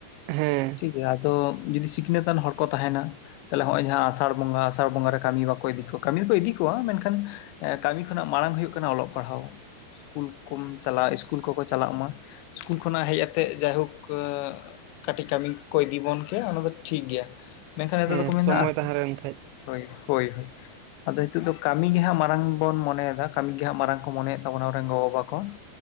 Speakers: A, on the right (about 85°); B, on the left (about 85°).
A: ᱦᱮᱸ
B: ᱴᱷᱤᱠ ᱜᱮᱭᱟ ᱟᱫᱚ ᱡᱩᱫᱤ ᱥᱤᱠᱷᱤᱱᱟᱹᱛᱟᱱ ᱦᱚᱲ ᱠᱚ ᱛᱟᱦᱮᱱᱟ ᱛᱟᱦᱞᱮ ᱦᱚᱸᱜᱼᱚᱭ ᱡᱟᱦᱟᱸ ᱟᱥᱟᱲ ᱵᱚᱸᱜᱟ ᱟᱥᱟᱲ ᱵᱚᱸᱜᱟ ᱨᱮ ᱠᱟᱹᱢᱤ ᱵᱟᱠᱚ ᱤᱫᱤ ᱠᱚᱣᱟ ᱠᱟᱹᱢᱤ ᱫᱚᱠᱚ ᱤᱫᱤ ᱠᱚᱣᱟ ᱢᱮᱱᱠᱷᱟᱱ ᱮ ᱠᱟᱹᱢᱤ ᱠᱷᱚᱱᱟᱜ ᱢᱟᱨᱟᱝ ᱦᱩᱭᱩᱜ ᱠᱟᱱᱟ ᱚᱞᱚᱜ ᱯᱟᱲᱦᱟᱣ᱾ ᱠᱩᱞ ᱠᱚᱢ ᱪᱟᱞᱟᱣ ᱤᱥᱠᱩᱞ ᱠᱚᱠᱚ ᱪᱟᱞᱟᱜ ᱢᱟ ᱤᱥᱠᱩᱞ ᱠᱷᱚᱱᱟᱜ ᱦᱮᱡ ᱟᱛᱮᱜ ᱡᱟᱭᱦᱳᱠ ᱠᱳ ᱠᱟᱹᱴᱤᱡ ᱠᱟᱹᱢᱤ ᱠᱚ ᱠᱚ ᱤᱫᱤᱵᱚᱱ ᱠᱮᱭᱟ ᱚᱱᱟ ᱫᱚ ᱴᱷᱤᱠ ᱜᱮᱭᱟ᱾ ᱢᱮᱱᱠᱷᱟᱱ ᱱᱮᱛᱟᱨ
A: ᱦᱮᱸ
B: ᱫᱚᱠᱚ ᱢᱮᱱ
A: ᱥᱚᱢᱚᱭ
B: ᱫᱟ ᱟᱜ
A: ᱛᱟᱦᱮᱸ ᱞᱮᱱ ᱠᱷᱟᱡ
B: ᱦᱳᱭ ᱦᱳᱭ ᱦᱳᱭ᱾ ᱟᱫᱚ ᱱᱤᱛᱩᱜ ᱫᱩ ᱠᱟᱹᱢᱤ ᱜᱮᱦᱟᱸᱜ ᱢᱟᱨᱟᱝ ᱵᱚᱱ ᱢᱚᱱᱮᱭᱟ ᱠᱟᱹᱢᱤ ᱜᱮᱦᱟᱸᱜ ᱢᱟᱨᱟᱝ ᱠᱚ ᱢᱚᱱᱮᱭᱮᱜ ᱛᱟᱵᱚᱱᱟ ᱟᱵᱚ ᱨᱮᱱ ᱜᱚ ᱵᱟᱵᱟ ᱠᱚ᱾